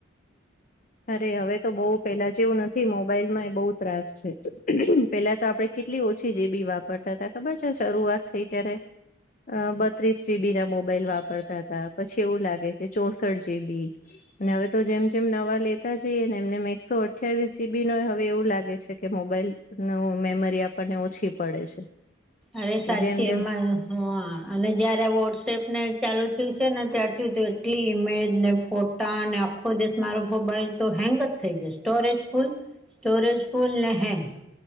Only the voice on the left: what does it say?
અરે! હવે તો બહુ પેલા જેવું નથી મોબાઈલમાં એ બહુ ત્રાસ છે. પેલા તો આપડે કેટલી ઓછી જીબી વાપ પરતાતા ખબર છે શરૂઆત થઈ ત્યારે? અ બત્રીસ જીબી ના મોબાઈલ વાપરતા તા, પછી એવું લાગે કે ચોસઠ જીબી. અને હવે તો જેમ જેમ નવા લે તા જઈએ ને એમને એમ એકસો અઠ્યાવીસ જીબીનો એ હવે એવું લાગે છે કે મોબાઈલ નું મેમરી આપણને ઓછી પડે છે.
તો
જેમ જેમ